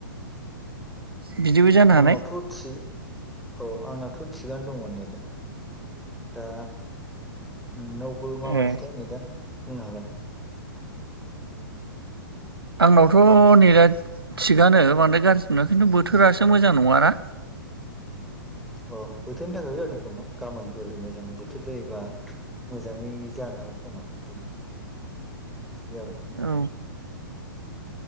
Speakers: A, on the right; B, in the centre.
A: बिदिबो जानो
B: आंनावथ'
A: हानाय
B: थिग औ आंनाथ' थिगानो दंमोन नै दा दा नोंनावबो माबादिथाय
A: ए
B: नेदा बुंनो हागोन
A: आंनावथ' ने दा थिगानो बांद्राय गाज्रि नङा खिन्थु बोथोरासो मोजां नङाना
B: अ बोथोरनि थाखायबो जादों खोमा गाबोनफोर मोजां बोथोर जायोबा मोजाङै जानो हागौ खोमा बिदिनो थिग आरो
A: औ